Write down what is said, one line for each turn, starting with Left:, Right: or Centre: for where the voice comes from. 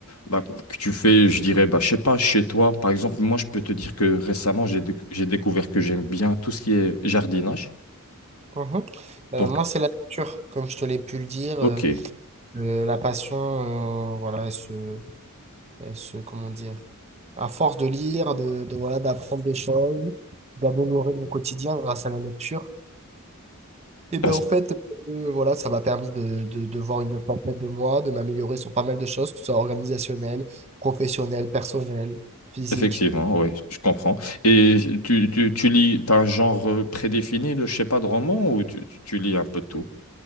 Left: bah, que tu fais, je dirais, bah, je sais pas, chez toi. Par exemple, moi, je peux te dire que récemment, j'ai déc- j'ai découvert que j'aime bien tout ce qui est jardinage.
Right: Mhm. Euh,
Left: Donc,
Right: moi, c'est la lecture, comme je te l'ai pu le dire.
Left: ok.
Right: euh, euh, la passion, euh, voilà, elle se, elle se, comment dire, À force de lire, de, de, voilà, d'apprendre des choses, d'améliorer mon quotidien grâce à la lecture, et bien
Left: Bah,
Right: au fait, euh, voilà, ça m'a permis de, de, de voir une autre facette de moi, de m'améliorer sur pas mal de choses, que ce soit organisationnel, professionnel, personnel, physique.
Left: Effectivement, oui, je comprends. Et tu, tu, tu lis, t'as un genre euh, prédéfini de, je sais pas, de roman ou tu, tu- tu lis un peu de tout?